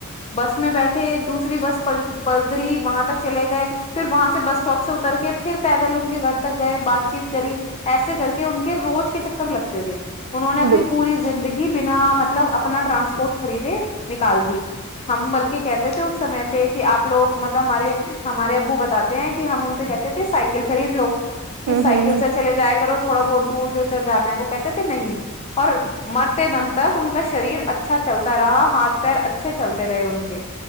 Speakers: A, on the left (about 30°); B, on the right (about 75°).
A: بس میں بیٹھے دوسری بس پدلی وہاں تک چلے گئے پھر وہاں سے بس اسٹاپ سے اتر کے پھر پیدل ان کے گھر تک گئے بات چیت کری ایسے کر کے ان کے روز کے چکر لگتے تھے انہوں نے اپنی
B: بالکل
A: پوری زندگی بنا م مطلب اپنا ٹرانسپورٹ خریدے نکال دی ہم بلکہ کہتے تھے اس سمے پہ کہ آپ لوگ مطلب ہمارے ہمارے ابو بتاتے ہیں کہ ہم ان سے کہتے تھے سائیکل خرید لو کہ
B: ہ
A: سائیکل
B: ہ
A: سے چلے جایا کرو تھوڑا بہت دور جو جانا ہے وہ کہتے تھے نہیں اور مرتے دم تک ان کا شریر اچھا چلتا رہا ہاتھ پیر اچھا اچھے چلتے رہے ان کے